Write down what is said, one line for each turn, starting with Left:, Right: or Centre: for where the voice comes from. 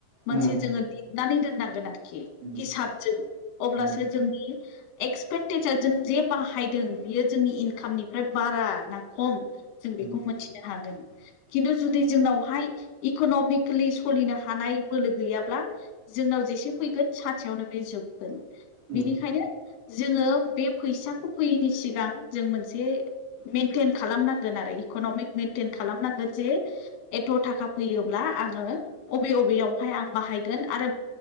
Right: उम
Left: मोनसे जोङो लितनानै दोननांगोन आरो खि
Right: उम
Left: हिसाबजों अब्लासो
Right: उम
Left: जोंनि एक्सपेन्डेसार जों जे बाहायदों बियो जोंनि इनकामनिफ्राय बारा ना खम जों बेखौ
Right: उम
Left: मोनथिनो हागोन खिन्थु जुदि जोंनावहाय इक'न'मिकेलि सोलिनो हानाय बोलो गैयाब्ला जोंनाव जेसे फैगोन सानसेयावनो बे जोबगोन
Right: उम
Left: बेनिखायनो जोङो बे फैसाखौ फैयिनि सिगां जों मोनसे मेनटेन खालामनांगोन आरो इ कनमिक मेन्टेन खालामनांगोन जे एथ' थाखा फैयोब्ला आङो अबे अबेयाव हाय आं बाहायगोन आरो